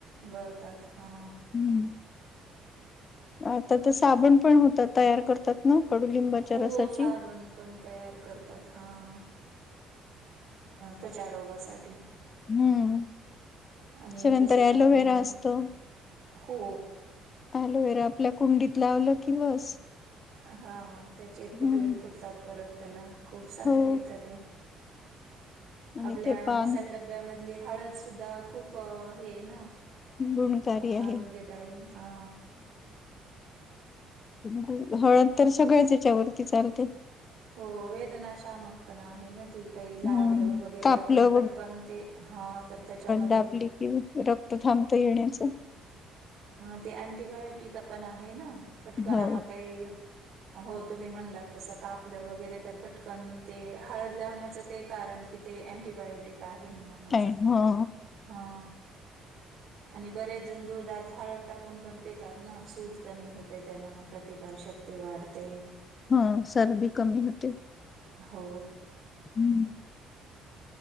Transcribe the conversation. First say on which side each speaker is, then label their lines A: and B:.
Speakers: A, on the right (about 45°); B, on the left (about 25°).
A: गळतात हा
B: हम्म आता तर साबण पण होतात तयार करतात ना कडुलिंबाच्या
A: हो
B: रसाची
A: साबण पण तयार करतात हा त्याच्या रोगासाठी
B: हम्म
A: आणि
B: त्याच्यानंतर
A: तसच
B: एलोवेरा
A: अजून
B: असतो
A: हो
B: अलोवेरा आपल्या कुंडीत लावलं की बस
A: हा त्याचे फुटवे
B: हम्म
A: फुटतात परत त्याला खूप सारं
B: हो
A: येतं ते
B: आणि
A: आपल्या
B: ते पान
A: मसाल्याडब्यामधली हळद सुद्धा खूप हे ना
B: गुणकारी
A: हा
B: आहे.
A: आरोग्यदायी हा
B: ग हळद तर सगळेच याच्यावरती चालते
A: हो वेदनाशामक पण आहे ना ती काही
B: हम्म
A: लागलं वगैरे
B: कापलं
A: आपण पटकन ते ह तर त्याच्यामध्ये
B: डाबली कि रक्त थांबता येण्याचं
A: हा ते अंटीबायोटिक आपण आहे ना पटकन
B: हो
A: आपण काही हो तुम्ही म्हणलात तसं का आपलं वगैरे तर पटकन ते हळद लावण्याचं ते कारण की ते अँटीबायोटिक आहे म्हण म्हणूनच
B: आहे हो
A: हा आणि बरेच जंदूर दात हळद टाकून पण पितात ना सूज कमी होते त्याना प्रतिकार शक् ते वाढते
B: ह सर्दी कमी होते
A: हो
B: हम्म